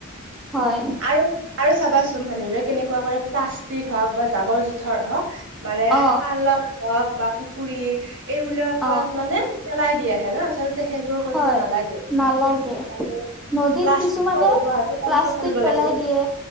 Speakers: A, in the centre; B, on the right (about 60°).
A: হয়।
B: আৰু আৰু চাবাচোন মানুহবোৰে কেনেকুৱা কৰে প্লাষ্টিক হওক বা জাবৰ জোথৰ হওক। মানে
A: অ
B: খালত হওক বা পুখুৰীত এইবিলাকত
A: অ
B: মানে। পেলাই দিয় আহে ন আচলতে- সেইবোৰ কৰিব
A: হয়
B: নালাগে
A: নালাগে
B: আৰু
A: নদীত
B: প্লাষ্টিকৰ
A: কিছুমানে
B: ব্যৱহাৰটো
A: প্লাচ-
B: কমকৈ কৰিব
A: টিক পেলাই
B: লাগে
A: দিয়ে,